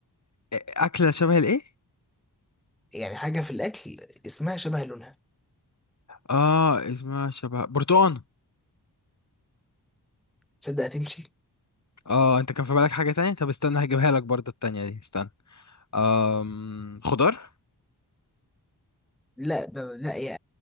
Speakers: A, on the left; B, in the centre.
A: اكله شبه الايه
B: يعني حاجة في الأكل اسمها شبه لونها
A: اه اسمها شبه برتقان
B: تصدق هتمشي
A: اه انت كان في بالك حاجه تانية طب استنى هجيبها لك برضو التانية دي استنى آم... خضار
B: لا ده لا يا